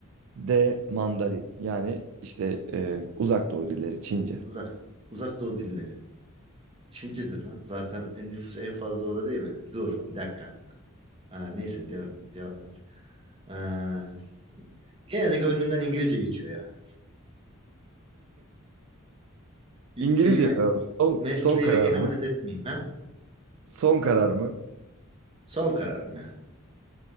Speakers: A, on the right; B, on the right.
A: D Mandarin. Yani işte e, uzak doğu dilleri Çince.
B: Uzak, uzak doğu dilleri. Çincedir lan. Zaten en- nüfus en fazla orada değil mi? Dur bir dakika. Aa, neyse cevap, cevap var. Aa, gene de gönlümden İngilizce geçiyor ya.
A: İngilizce
B: Şeyime,
A: mi abi? Son,
B: mesleğime
A: son karar
B: ihanet
A: mı?
B: etmeyeyim ben,
A: Son karar mı?
B: Son kararım ya.